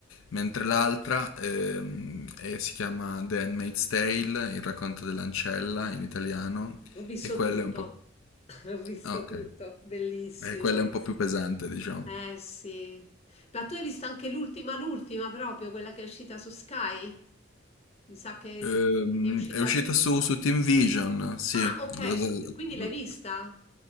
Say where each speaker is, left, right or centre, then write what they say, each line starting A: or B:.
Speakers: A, on the left; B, on the left.
A: mentre l'altra ehm, è- si chiama The Handmaid's Tale, il racconto dell'ancella in italiano,
B: ho visto
A: e quella
B: tutto,
A: è un po'...
B: <laughs> ho visto
A: ah, Ok,
B: tutto, bellissimo.
A: e quella è un po' più pesante, diciamo.
B: Eh sì. Ma tu hai visto anche l'ultima, l'ultima proprio, quella che è uscita su Sky? Mi sa che
A: Ehm,
B: ne è uscita
A: è uscita
B: l'ultima.
A: su, su Team Vision, sì,
B: Ah, ok,
A: la,
B: su- quindi l'hai
A: la-
B: vista?